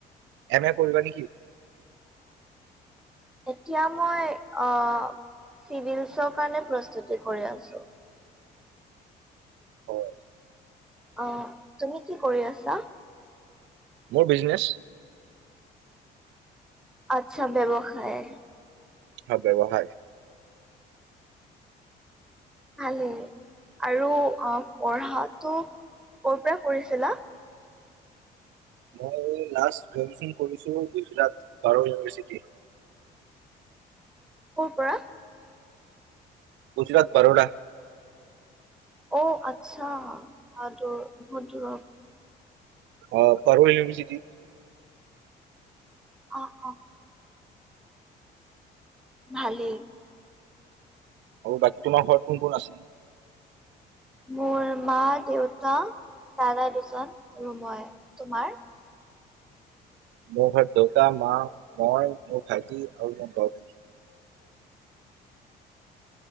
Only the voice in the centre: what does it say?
এতিয়া মই আহ চিভিলছৰ কাৰণে প্ৰস্তুতি কৰি আছো
অঁ তুমি কি কৰি আছা
আচ্ছা ব্যৱসায়
ভালেই আৰু অঁ পঢ়াটো ক'ৰ পৰা কৰিছিলা
কৰ পৰা
অ' আচ্ছা দুৰ বহুত দূৰত
অ অ। ভালেই।
মোৰ মা দেউতা দাদা দুজন আৰু মই, তোমাৰ?